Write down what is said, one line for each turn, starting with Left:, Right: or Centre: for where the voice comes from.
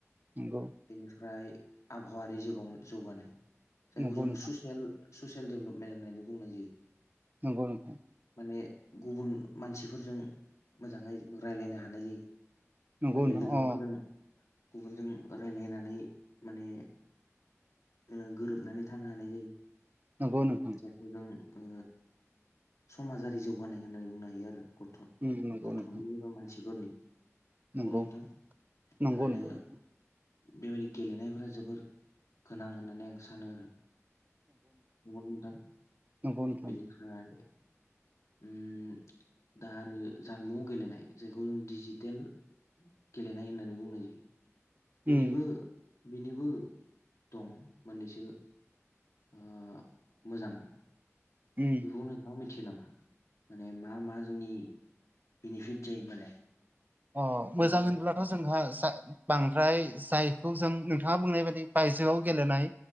Right: नंगौ
Left: बेनिफ्राय आबहावारि जगाव जौगानाय जायखौ
Right: नंगौ
Left: जों
Right: नोंथां
Left: ससियेल ससियेल डेभेलपमेन्ट होननानै बुंनाय जायो।
Right: नंगौ नोंथां
Left: माने गुबुन मानसिफोरजों मोजाङै जों रायज्लायनो हानाय जायो।
Right: नंगौ
Left: माने
Right: नोंथां
Left: लोगोफोरजों
Right: अ
Left: गुबुनजों रायलायनानै माने ओ गोरोबनानै थानो हानाय जायो।
Right: नंगौ नोंथां
Left: बेखौ जों ओ समाजारि जौगानाय होननानै बुंनो हायो आरो गथ'
Right: उम नंगौ
Left: गथ'नि
Right: नोंथां
Left: एबा मानसिफोरनि नंगौना
Right: नंगौ
Left: नोंथां बेखायनो
Right: नंगौ नंगौ नोंथां
Left: बेबायदि गेलेनायफोरा जोबोर गोनां होननानै आं सानो आरो नंगौ ना नोंथां
Right: नंगौ नोंथां
Left: बेनिफ्राय उम दा आरो जानबुं गेलेनाय जायखौ जों डिजिटेल गेलेनाय होननानै बुंनाय जायो।
Right: उम
Left: बेनिबो बेनिबो दं मोननैसो ओ मोजां
Right: उम
Left: बेखौ नोंथाङा मिथियो नामा माने मा मा जोंनि बेनिफिट जायो माने
Right: अ
Left: जों
Right: मोजां होनब्लाथ' जोंहा जा बांद्राय जाय खौ जों नोंथाङा बुंनाय बायदि बायजोआव गेलेनाय